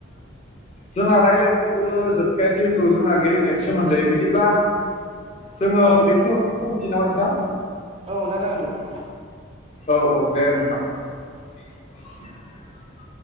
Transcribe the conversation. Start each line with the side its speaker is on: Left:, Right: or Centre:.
Left: जोंहा रायलायबो जोबखाया जिहेथु जोंहा गेलेनायनि सोमोन्दै बिदिब्ला जोंङो
Right: औ
Left: बेखिनियाव <inaudible> नोंथां
Right: औ नोंथां जागोन दे।
Left: औ औ दे नोंथां। <inaudible>